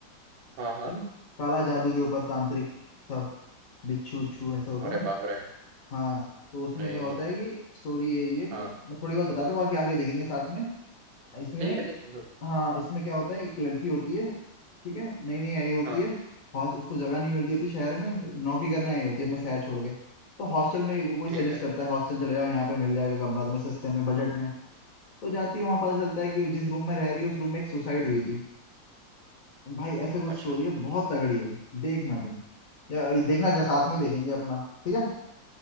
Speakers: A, on the right; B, on the left.
A: हाँ हाँ
B: ठीक है काला जादू के ऊपर तांत्रिक सब बिच्छू उच्छू ऐसा होता
A: अरे
B: है ना
A: बाप रे
B: हाँ तो उसमें
A: नहीं
B: क्या होता
A: मु-
B: है कि स्टोरी यही है कि
A: हाँ
B: मैं थोड़ी बहुत बताता हूँ बाकी आगे देखेंगे साथ में इसमें
A: ठीक है, ठीक है।
B: हाँ इसमें क्या होता है एक लड़की होती है ठीक है नई नई आई होती
A: हाँ,
B: है हॉस उसको जगह नहीं मिलती होती शहर में नौकरी करने आई होती है अपना शहर छोड़ के तो हॉस्टल में कोई
A: ठीक
B: सजेस्ट
A: है।
B: करता है हॉस्टल चले जाओ यहाँ पे मिल जाएगा कमरा तुम्हें सस्ते में बजट में तो जाती है वहां पता चलता है कि जिस रूम में रह रही है उस रूम में एक सुसाइड हुई थी भाई ऐसे कुछ
A: अच्छा।
B: स्टोरी है बहुत तगड़ी है देखना तुम या ये देखना क्या साथ में ही देखेंगे अपना ठीक है